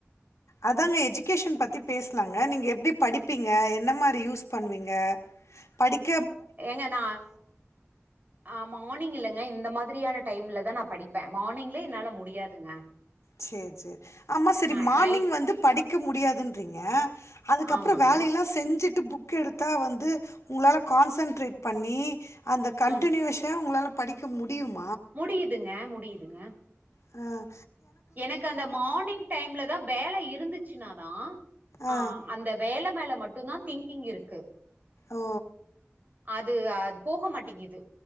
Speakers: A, on the left (about 80°); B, on the right (about 40°).
A: அதாங்க எஜுகேஷன் பத்தி பேஸ்லாங்க நீங்க எப்டி படிப்பீங்க என்ன மாரி யூஸ் பண்விங்க படிக்
B: ஏங்க நா ஆ மார்னிங் இல்லங்க இந்த மாதிரியான டைம்ல தா நா படிப்பே மார்னிங்ல என்னால முடியாதுங்க
A: செரி செரி ஆமா செரி
B: ந
A: மார்னிங்
B: நைட்
A: வந்து படிக்க முடியாதுன்றீங்க அதுக்கப்றோ
B: ஆமாங்க
A: வேலையெல்லா செஞ்சுட் புக் எடுத்தா வந்து உங்களால கான்சன்ட்ரேட் பண்ணி அந்த கன்டினியூஷா
B: ஆ
A: உங்களால படிக்க முடியும்
B: முடியுதுங்க முடியுதுங்க
A: அ
B: எனக்கு அந்த மானிங் டைம்ல தா வேல இரு ந்துச்சுனாதா
A: ஆ
B: அ அந்த வேல மேல மட்டு தா திங்கிங் இருக்கு
A: ஓ
B: அது அது போக மாட்டேங்கிது